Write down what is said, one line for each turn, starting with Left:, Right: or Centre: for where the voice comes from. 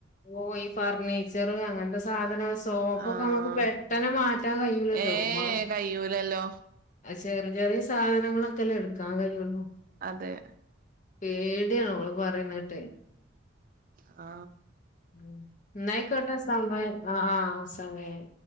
Left: ഓ ഈ ഫർണീച്ചറ് അങ്ങനത്തെ സാധന സോപ്പൊക്കെ
Right: ആഹ്
Left: നമുക്ക് പെട്ടെന്ന് മാ റ്റാ കയ്യൂലല്ലോ
Right: ഏ
Left: മ
Right: കയ്യൂലല്ലോ
Left: ചെറിയ ചെറിയ സാധനങ്ങളൊക്കെല്ലേ എടുക്കാൻ കഴിയുള്ളു
Right: അതെ
Left: പേടിയാണ ഓള് പറയുണേട്ടെ
Right: ആ
Left: ഉം ഇന്നയ്ക്കോട്ടെ സമയ് ആ ആ സമായി